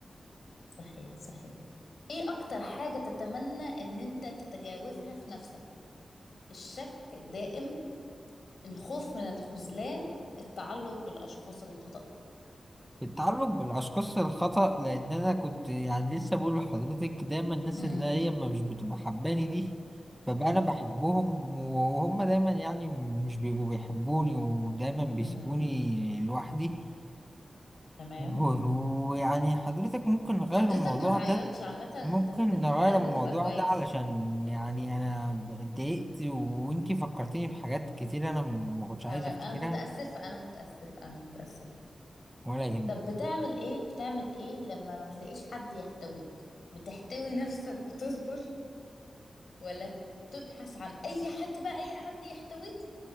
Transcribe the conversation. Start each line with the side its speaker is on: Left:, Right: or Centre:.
Left: صحيح صحيح ايه اكتر حاجة تتمنى ان انت تتجاوزها في نفسك الشك الدائم الخوف من الخذلان التعلق بالاشخاص الخطأ
Centre: التعلق بالأشخاص الخطأ لأن أنا كنت يعني لسه بقول لحضرتك دايما الناس
Left: امم
Centre: اللي هي ما مش بتبقى حباني دي ببقى أنا بحبهم وهم دايما يعني مش بيبقوا بيحبوني ودايما بيسيبوني
Left: امم
Centre: لوحدي
Left: تمام
Centre: و- ويعني حضرتك ممكن نغير
Left: حضرتك
Centre: الموضوع
Left: ما تعيطش
Centre: ده
Left: عامة انت
Centre: ممكن
Left: ممكن
Centre: نغير
Left: تتعالج
Centre: الموضوع
Left: وتبقى كويس
Centre: ده علشان يعني أنا اتضايقت وإنتي فكرتيني بحاجات كتير أنا ما كنتش عايز
Left: تمام
Centre: أفتكرها
Left: انا متأسفة انا متأسفة انا متأسفة
Centre: ولا يهمك
Left: طب بتعمل ايه بتعمل ايه لما ما تلاقيش حد يحتويك بتحتوي نفسك وتصبر ولا تبحث عن اي حد بقى اي حد يحتويك